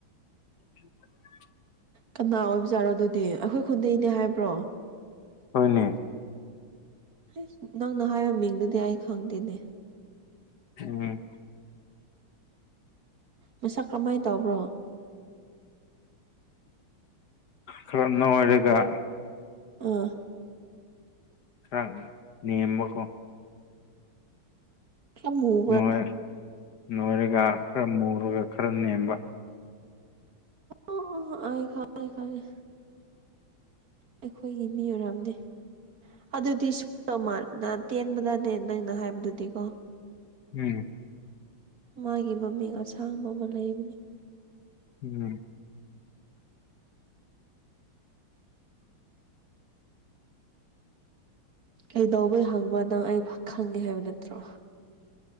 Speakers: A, on the left; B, on the right.
A: <inaudible>
B: ꯀꯅꯥ ꯑꯣꯏꯕꯖꯥꯔꯣ ꯑꯗꯨꯗꯤ ꯑꯩꯈꯣꯏ ꯈꯨꯟꯗꯩꯅꯦ ꯍꯥꯏꯕ꯭ꯔꯣ
A: ꯍꯣꯏꯅꯦ
B: ꯍꯩꯁ ꯅꯪꯅ ꯍꯥꯏꯕ ꯃꯤꯡꯗꯨꯗꯤ ꯑꯩ ꯈꯪꯗꯦꯅꯦ
A: ꯎꯝ
B: ꯃꯁꯛ ꯀꯔꯝꯃꯥꯏꯅ ꯇꯧꯕ꯭ꯔꯣ
A: ꯈꯔ ꯅꯣꯏꯔꯒ
B: ꯑꯥ
A: ꯈꯔ ꯅꯦꯝꯕꯀꯣ
B: ꯈꯔ ꯃꯨꯕ꯭ꯔ
A: ꯅꯣꯏ ꯅꯣꯏꯔꯒ ꯈꯔ ꯃꯨꯔꯒ ꯈꯔ ꯅꯦꯝꯕ
B: ꯑꯣꯈ ꯑꯩ ꯈꯪꯉꯦ ꯈꯉꯦ ꯑꯩꯈꯣꯏꯒꯤ ꯃꯤ ꯑꯣꯏꯔꯝꯅꯤ ꯑꯗꯨꯗꯤ ꯁꯣ ꯇꯧ ꯃꯥꯜ ꯅꯍꯥꯟ ꯇꯦꯟꯕꯗꯅꯦ ꯅꯪꯅ ꯍꯥꯏꯕꯗꯨꯗꯤꯀꯣ
A: ꯎꯝ
B: ꯃꯥꯒꯤ ꯃꯃꯤꯡ ꯑꯁꯥꯡꯕ ꯑꯃ ꯂꯩꯕꯅꯦ
A: ꯎꯝ
B: ꯀꯩꯗꯧꯕ ꯍꯪꯕ ꯅꯪ ꯑꯩ ꯈꯪꯉꯦ ꯍꯥꯏꯕ ꯅꯠꯇ꯭ꯔꯣ